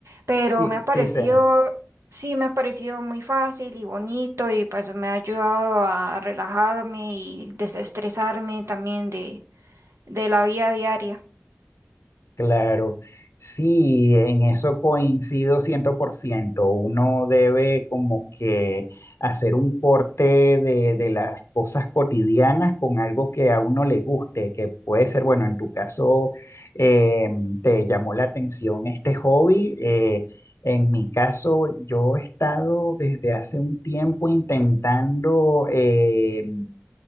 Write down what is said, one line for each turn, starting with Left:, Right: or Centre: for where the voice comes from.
Right: pero
Left: sí
Right: me ha parecido,
Left: Sí, sí,
Right: sí, me ha parecido muy fácil y bonito y pues me ha ayudado a relajarme y desestresarme también de de la vida diaria.
Left: Claro, sí, en eso coincido ciento por ciento. Uno debe como que hacer un corte de, de las cosas cotidianas con algo que a uno le guste, que puede ser, bueno, en tu caso eh, te llamó la atención este hobby. eh, en mi caso, yo he estado desde hace un tiempo intentando... em,